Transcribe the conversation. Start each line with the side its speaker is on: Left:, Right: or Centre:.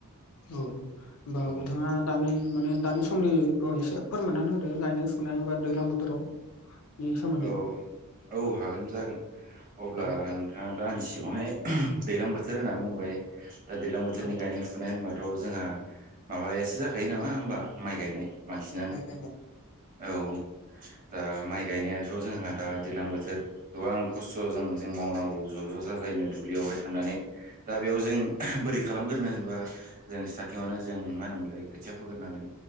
Left: औ होमबा
Right: औ
Left: बिथाङा दानो माने दानिस समनिखौ एसे फोरमाननानै होदो गायनाय फुनाय बा दैलां बोथोराव। नि सोमोन्दै
Right: औ औ हागोन जागोन अब्ला
Left: औ
Right: नों थाङा दा आंनि सिगावहाय दैलां बोथोर होननानै बुंबाय दा दैलां बोथोरनि
Left: औ
Right: गायनाय फु फुनाय होनबाथ' जोंहा माबायासो जाखायो नामा होमबा माइ गायनाय बांसिनानो
Left: माइ गायनाय
Right: औ। दा माइ गायनायाथ' जोंहा दा दैज्लां बोथोर गोबां खस्थ' जों जों मावनांगौ ज' ज' जाजाय नो दुब्लियावहाय थांनानै। दा बेयाव जों बोरै खालामगोरनो होनबा जों स्टार्टिंआवनो जों मा होनोमोनलाय खोथिया फोग्रोनांगोन।